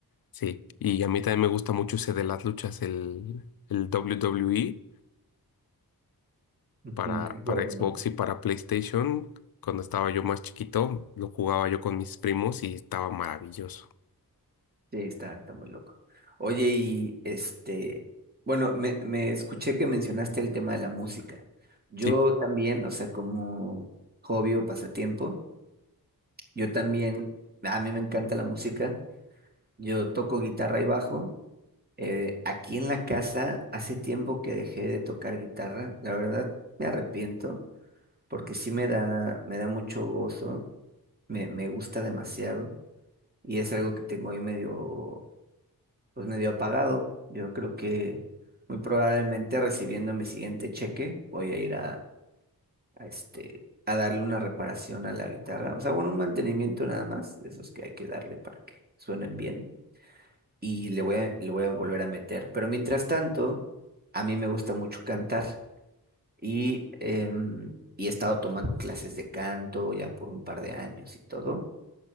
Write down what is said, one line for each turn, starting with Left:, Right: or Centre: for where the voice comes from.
Left: sí. Y a mí también me gusta mucho ese de las luchas, el, el WWE
Right: Ujú,
Left: para,
Right: El juego,
Left: para Xbox
Right: ¿no?
Left: y para PlayStation. Cuando estaba yo más chiquito, lo jugaba yo con mis primos y estaba maravilloso.
Right: Sí, está, está muy loco. Oye, y este, bueno, me, me escuché que mencionaste el tema de la música. Yo
Left: Sí.
Right: también, o sea, como hobby o pasatiempo, yo también, a mí me encanta la música. Yo toco guitarra y bajo. Eh, aquí en la casa hace tiempo que dejé de tocar guitarra. La verdad me arrepiento porque sí me da, me da mucho gozo, me, me gusta demasiado y es algo que tengo ahí medio, pues medio apagado. Yo creo que muy probablemente recibiendo mi siguiente cheque voy a ir a, a este, a darle una reparación a la guitarra. O sea, bueno, un mantenimiento nada más, de esos que hay que darle para que suenen bien. y le voy a, le voy a volver a meter. Pero mientras tanto, a mí me gusta mucho cantar y, em, y he estado tomando clases de canto ya por un par de años y todo.